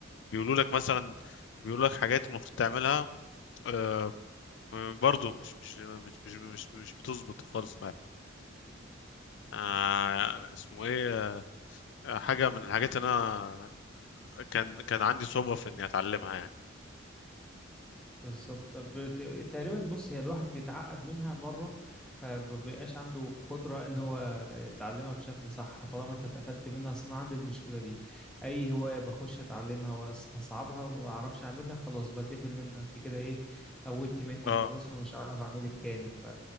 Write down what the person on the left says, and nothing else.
بيقولوا لك مثلا بيقولوا لك حاجات المفروض تعملها آه برضه مش مش مش مش مش, مش بتظبط خالص معايا آه اسمه ايه آه، حاجه من الحاجات اللي انا كان كان عندي صعوبه في اني اتعلمها يعني
اه